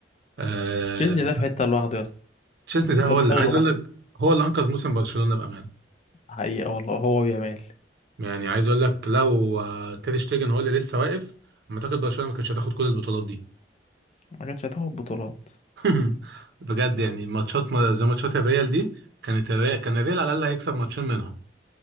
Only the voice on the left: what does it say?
تشيزني ده في حتة لوحده يا اسطى
<laughs>
ده
دماغ
لوحده
حقيقة والله هو ويامال
ما كانتش هتاخد بطولات